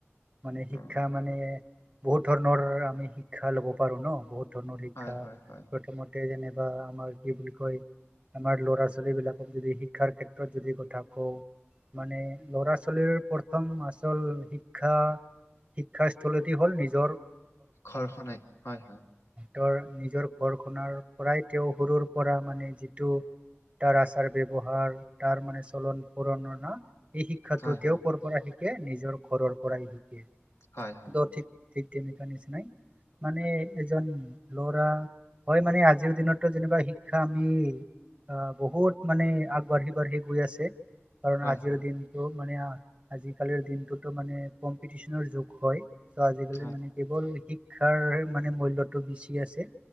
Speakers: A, on the right (about 30°); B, on the left (about 85°).
A: মানে শিক্ষা
B: অ
A: মানে বহুত ধৰণৰ আমি শিক্ষা ল'ব পাৰো ন বহুত লিকা
B: হয় হয় হয়
A: প্ৰথমতে যেনে বা আমাৰ কি বুলি কয় আমাৰ ল'ৰা ছোৱালীবিলাকক যদি শি শিক্ষাৰ ক্ষেত্ৰত যদি কথা কও মানে ল'ৰা ছোৱালীৰ প্ৰথম আচল শিক্ষা শিক্ষা স্থলীতে হ'ল নিজৰ
B: ঘৰখনেই হয় হয়
A: ৰ নিজৰ ঘৰ খনৰ পৰাই তেওঁ সৰুৰ পৰা মানে যিটো তাৰ আচাৰ ব্হাৰ তাৰ মানে চলন ফুৰণ ন সেই শিক্ষাো
B: হয়
A: তেওঁ কৰ পৰা শিকে নিজৰ ঘৰৰ পৰাই শিকে
B: হয় হয়
A: দ' ঠিক ঠিক তেনেকুৱা নিচিনাই মানে এজন ল'ৰা হয় মানে আজিৰ দিনতো যেনিবা শিক্ষা আমি আহ বহুত মানে আগবাঢ়ি বাঢ়ি গৈ আছে কাৰণ
B: হয়
A: আজিৰ
B: হয় হয়
A: দিনটো মানে আ আজিকালিৰ দিনটোতো মানে কম্পিটিচনৰ যুগ হয়। চ' আজিকালি
B: হয়
A: মানে কেৱল শিক্ষাৰ মানে মূল্যটো বেছি আছে।